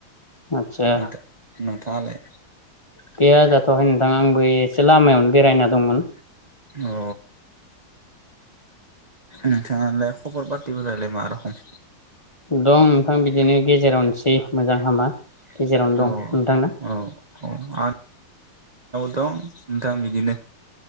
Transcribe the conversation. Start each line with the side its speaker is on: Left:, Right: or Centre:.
Left: आतसा
Right: नोंथां नोंथाङालाय
Left: गैया जाथवाखैनो थां आंबो एसे लामायावनो बेरायना दंमोन
Right: औ नोंथाङालाय खबर पातिफोरालाय मा रखम?
Left: दं नोंथां बिदिनो गेजेरावनोसै मोजां हामा गेजेरावनो
Right: औ
Left: दं नोंथांना
Right: औ औ आं दं नोंथां बिदिनो